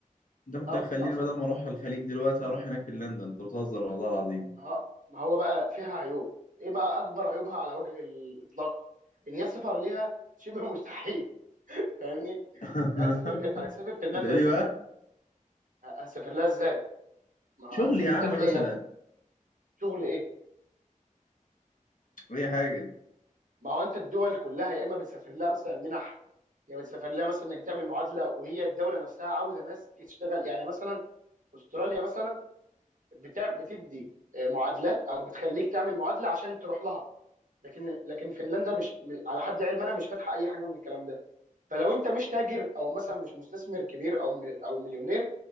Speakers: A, on the left; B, on the right.
A: ده كنت
B: أب-
A: هتخليني
B: ابسط
A: بدل ما اروح الخليج دلوقتي اروح هناك في لندن انت بتهزر والله العظيم
B: ما هو- ما هو بقى فيها عيوب ايه بقى اكبر عيوبها على وجه الاطلاق ان هي السفر ليها شبه مستحيل فاهمني
A: <laughs>
B: يعني هتسافر في... هتسافر فنلندا
A: ده
B: ازاي
A: ليه بقى
B: ه- هتسافر لها ازاي ما هو
A: شغل
B: هتسافر
A: يا عم
B: تعمل
A: مثلا
B: ايه يعني شغل ايه
A: اي حاجه
B: ما هو انت الدول كلها يا اما بتسافر لها مثلا منح يعني بتسافر لها مثلا انك تعمل معادله وهي الدوله نفسها عاوزه ناس تشتغل يعني مثلا استراليا مثلا بتع... بتدي آه، معادلات او بتخليك تعمل معادله عشان تروح لها لكن لكن فنلندا مش م- على حد علم انا مش فاتحه اي حاجه من الكلام ده فلو انت مش تاجر او مثلا مش مستثمر كبير او مل... او مليونير